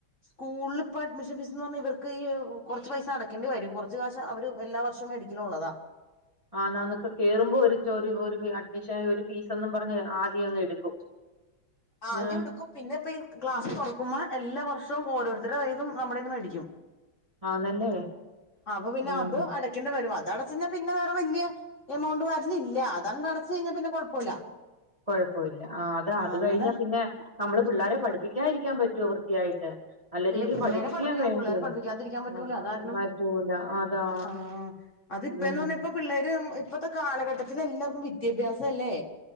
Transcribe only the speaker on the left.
സ്കൂളിൽ ഇപ്പൊ അഡ്മിഷൻ ഫീസ് എന്ന് പറഞ്ഞാ ഇവർക്ക് ഈ കുറച്ച് പൈസ അടക്കേണ്ടി വരും കുറച്ച്കാശ് അവര് എല്ല വർഷടിക്കും കിലോ ഉള്ളതാ
ആദ്യം
ഉടുക്കും പിന്നെ ഇപ്പ ഈ ക്ലാസ് തുറക്കുമ്പോ എല്ലാ വർഷവും ഓരോരുത്തരുടെ കയ്യിന്നും നമ്മടന്ന് മേടിക്കും
അപ്പൊ പിന്നെ
അത് അടക്കേണ്ടി വരും അത് അടച്ചഞ്ഞാൽ പിന്നെ വേറെ വല്യ എമൗണ്ട് വര്ലില്ല അത് അങ്ങണ്ട് അടച്ചു കഴിഞ്ഞാ പിന്നെ കൊഴപ്പുല്ല
അങ്ങനെ
ഏ
പുള്ളേരെ
പഠിപ്പിക്കണം
പുള്ളേരെ പഠിപ്പിക്കാതിരിക്കാൻ പറ്റൂല
കാരണം
ആഹ് അത് ഇപ്പെന്ന്
പറഞ്ഞാ ഇപ്പ പിള്ളേര് ഇപ്പത്തെ കാലഘട്ടത്തിന് എല്ലാവർക്കും വിദ്യാഭ്യാസല്ലേ